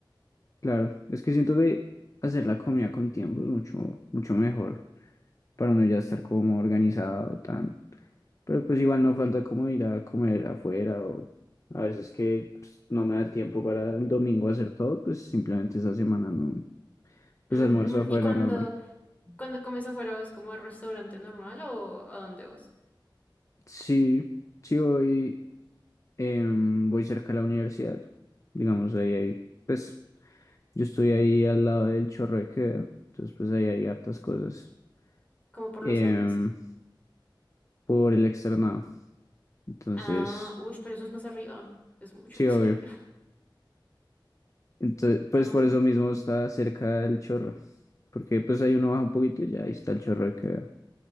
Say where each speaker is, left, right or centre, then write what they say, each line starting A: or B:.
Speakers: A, on the left; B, on the left.
A: Claro, es que siento que hacer la comida con tiempo es mucho, mucho mejor para uno ya estar como organizado, tan... Pero pues igual no falta como ir a comer afuera o a veces que pues, no me da tiempo para el domingo hacer todo, pues simplemente esa semana no, pues
B: Mm,
A: almuerzo afuera
B: ¿y cuando,
A: normal.
B: cuando comes afuera vas como al restaurante normal o a dónde vas?
A: Sí, sí voy, em, voy cerca a la universidad, digamos ahí, ahí, pues Yo estoy ahí al lado del Chorro de Quevedo, entonces pues ahí hay hartas cosas
B: ¿Como por
A: em,
B: los Andes?
A: por el externado, entonces
B: Ah, uy, pero eso es más arriba. Es mucho
A: sí,
B: más
A: obvio.
B: <laughs> arriba.
A: Entonces, pues
B: Ah,
A: por eso
B: ok.
A: mismo está cerca del Chorro, porque pues ahí uno baja un poquito y ya ahí está el Chorro de Quevedo.